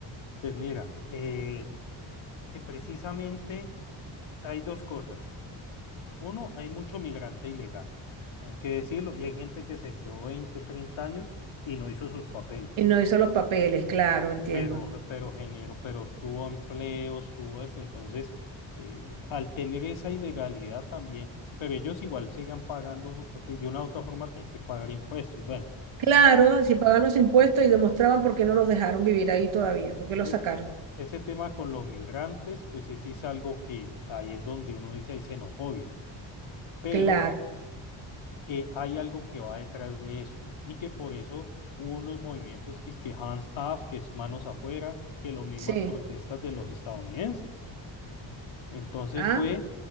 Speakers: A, on the left; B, on the right.
A: Pues mira, eh, que precisamente hay dos cosas. Uno, hay mucho migrante ilegal, hay que decirlo, y hay gente que se quedó 20 30 años y no hizo sus papeles.
B: Y no hizo los papeles, claro, entiendo.
A: pero, pero generó, pero tuvo empleos, tuvo eso. Entonces, eh, al tener esa ilegalidad también, pero ellos igual sigan pagando, de de una u otra forma tienen que pagar impuestos. Bueno,
B: Claro,
A: eh,
B: si pagaban los impuestos y demostraban por qué no los dejaron vivir ahí todavía, por qué los
A: ese,
B: sacaron.
A: ese tema con los migrantes, pues ese sí es algo que ahí es donde uno dice hay xenofobia, pero
B: Claro,
A: eh, hay algo que va detrás de eso y que por eso hubo unos movimientos que es que hands off, que es manos afuera, que las mismas
B: sí.
A: protestas de los estadounidenses. Entonces
B: Ah,
A: fue